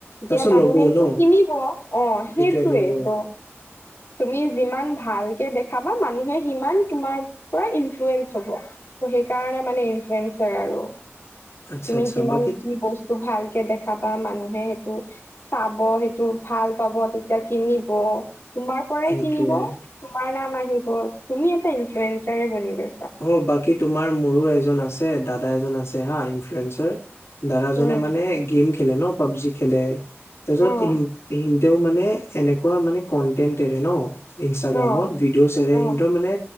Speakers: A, on the left; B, on the left.
A: এতিয়া
B: তাৰপিছত
A: মানুহে
B: ল'বও
A: এইটো
B: ন
A: কিনিব, অ', সেইটোৱেটো।
B: সেইটোৱে ল'ব
A: তুমি যিমান ভালকে দেখ চাবা মানুহে সিমান তোমাৰ পৰা ইনফ্লুয়েঞ্চ হ'ব, তহ সেইকাৰণে মানে ইনফ্লুয়েঞ্চাৰ আৰু।
B: আচ্ছা
A: তুমি
B: আচ্ছা
A: যিমান
B: বাকী
A: যি বচ টো, ভালকে দেখাবা মানুহে সেইটো চাব, সেইটো ভাল পাব তেতিয়া কিনিব তোমাৰ পৰাই
B: সেইটোৱে
A: কিনিব, তোমাৰ নাম আহিব। তুমি এটা ইনফ্লুয়েঞ্চাৰে বনিবা।
B: অ', বাকী তোমাৰ মোৰো এজন আছে দাদা এজন আছে হা, ইনফ্লুৱেনঞ্চাৰ। দাদাজনে
A: উম,
B: মানে গেম খেলে ন! পাবজি খেলে <unintelligible>
A: অ',
B: তেওঁ মানে এনেকুৱা মানে কন্টেন্টৰে ন! ইনষ্টাগ্ৰামত
A: অ',
B: ভিডিঅ'ছ এৰে
A: অ',
B: সিহতৰ মানে